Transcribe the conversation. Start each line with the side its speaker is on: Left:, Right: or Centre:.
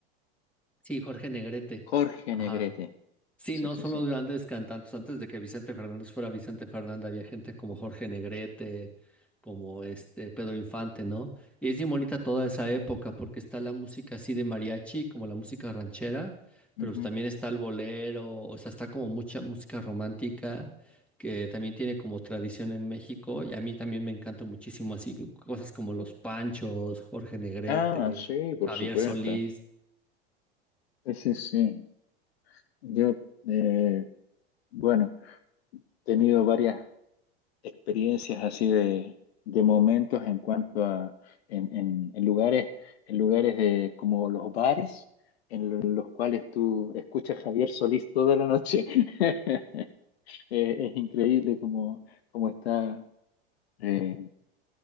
Centre: Sí, Jorge Negrete.
Left: Jorge
Centre: Ajá.
Left: Negrete.
Centre: Sí,
Left: Sí,
Centre: no
Left: sí,
Centre: son
Left: sí.
Centre: los grandes cantantes. Antes de que Vicente Fernández fuera Vicente Fernández, había gente como Jorge Negrete, como este Pedro Infante, ¿no? Y es bien bonita toda esa época porque está la música así de mariachi, como la música ranchera, pero
Left: Ujú.
Centre: pues también está el bolero, o sea, está como mucha música romántica que también tiene como tradición en México y a mí también me encanta muchísimo así cosas como Los Panchos, Jorge Negrete,
Left: Ah, sí, por
Centre: Javier
Left: supuesto.
Centre: Solís.
Left: Sí, sí, sí. Yo, eh, bueno, he tenido varias. experiencias así de, de momentos en cuanto a en, en- en lugares, en lugares de, como los bares, en lo- los cuales tú escuchas a Javier Solís toda la noche. <laughs> Eh, Es, increíble cómo, cómo está eh,